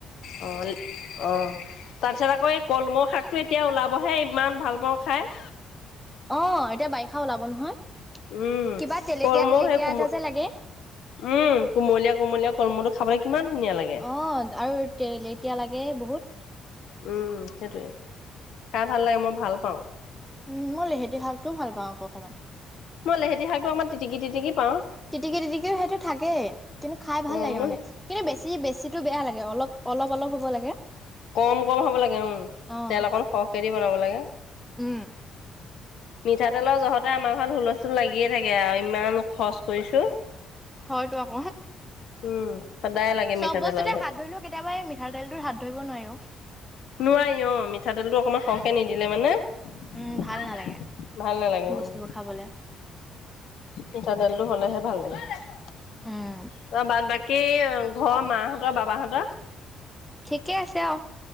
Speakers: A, on the left; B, in the centre.
A: অ' অ তাৰপিছত আকৌ এই কলমৌ শাকটো এতিয়া ওলাবহে, ইমান ভাল পাওঁ খাই।
B: অ এতিয়া বাৰিষা ওলাব নহয়,
A: উম।
B: কিবা তেলেতীয়া
A: কলমৌ
B: তেলেতীয়া
A: সেই কোম
B: এটা যে লাগে।
A: উম' কুমলীয়া কুমলীয়া কলমৌটো খাবলে কিমান ধুনীয়া লাগে।
B: অঁ আৰু তেলেটিয়া লাগে বহুত।
A: উম' সেইটোৱে, খাই ভাল লাগে মই ভাল পাওঁ।
B: উম' মই লেহেতি শাকটো ভাল পাওঁ আকৌ অকণমান।
A: মই লেহেতি শাকটো অকণমান তিটিকি তিটিকি পাওঁ।
B: তিটিকি তিটিকিও সেইটো থাকেই, কিন্তু খাই ভাল
A: অ'
B: লাগে
A: মই
B: মানে। কিন্তু বেছি বেছিটো বেয়া লাগে, অলপ, অলপ, অলপ হ'ব লাগে।
A: কম কম হব লাগে উম',
B: অ'।
A: তেল অকন সৰহকে দি বনাব লাগে।
B: উম,
A: মিঠাতেলৰ জহতে আমাৰ ঘৰত হুলস্থুল লাগিয়ে থাকে আৰু, ইমান খৰচ কৰিছো।
B: হয়তো আক,
A: উম সদায় লাগে
B: চব
A: মিঠাতেলৰ
B: বস্তুতে
A: জহত।
B: হাত ধৰিলো কেতিয়াবা এই মি মিঠাতেল টোৰ হাত ধৰিব নোৱাৰিঁ অ।
A: নোৱাৰি অ' মিঠাতেলটো অকমান সৰহকে নিদিলে মানে।
B: উম,
A: ভাল
B: নালাগে
A: নালাগে উম।
B: বস্তুবোৰ খাবলে।
A: মিঠাতেলটো হলেহে ভাল লাগে, তই
B: উম,
A: বাদ বা কী ঘৰৰ মাহঁতৰ, বাবাহঁতৰ?
B: ঠিকে আছে আ।